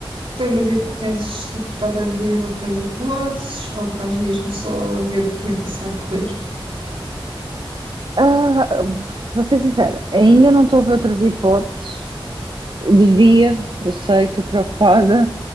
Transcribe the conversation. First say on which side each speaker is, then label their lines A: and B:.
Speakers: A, on the right; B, on the right.
A: Então, mas e t- tens tipo, estado a ver outras hipóteses ou estás mesmo só a ver como é que isso vai correr?
B: Ah, vou ser sincera, ainda não estou a ver outras hipóteses, Devia, eu sei, estou preocupada,